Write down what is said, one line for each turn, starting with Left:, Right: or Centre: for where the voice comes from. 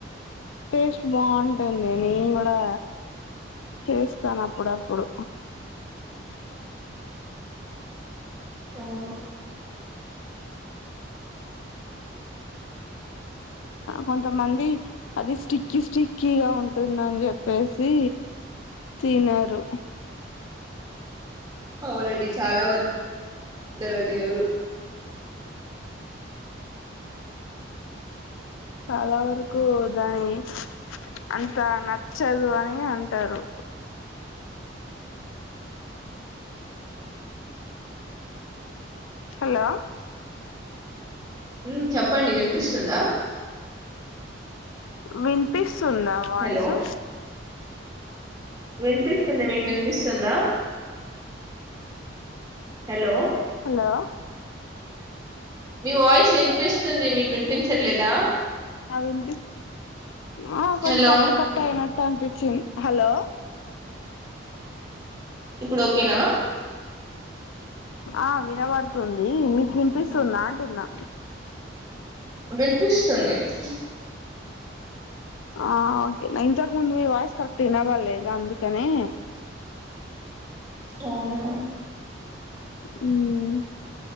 Left: టేస్ట్ బావుంటుంది నేను కూడా చేస్తాను అప్పుడప్పుడు
Right: అవును,
Left: కొంతమంది అది స్టిక్కీ స్టిక్కీగా ఉంటుందని చెప్పేసి తినరు
Right: అవునండి చాలా వద్ద <unintelligible> తినరు
Left: చాలా వరకు దాని అంత నచ్చదు అని అంటారు హలో
Right: హ్మ్ చెప్పండి వినిపిస్తుందా
Left: విన్పిస్ సుంద వాయిసు
Right: హలో వినిపిస్తుంది మీకు వినిపిస్తుందా హలో
Left: హలో
Right: ఈ వాయిస్ వినిపిస్తుంది మీకు వినిపించట్లేదా?
Left: ఆ వినిపి ఆ కొంచం
Right: హలో
Left: కట్ కట్ట అయినట్టు అనిపి చం హలో
Right: ఇప్పుడు ఓకేనా
Left: ఆ వినబడుతుంది మీకు వినిపిస్తుందా అంటున్నా
Right: వినిపిస్తుంది ఇ
Left: ఆ ఓకే నా ఇంతకు ముందు మీ వాయిస్ కరెక్ట్ వినబడ్లేదు అందుకని
Right: అవునా
Left: హ్మ్